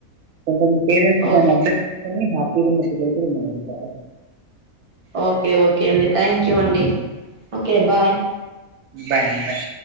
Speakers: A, on the right (about 70°); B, on the right (about 35°).
A: కొంతమంది పేరెంట్స్
B: ఓకే
A: దాన్ని అర్థం చేసుకొని హ్యాపీగా ఉన్న పిల్లలు కూడా ఉన్నారండి చాలా
B: ఓకే ఓకే అండి థ్యాంక్ యూ అండి ఓకే బాయ్
A: బాయ్ అండి బాయ్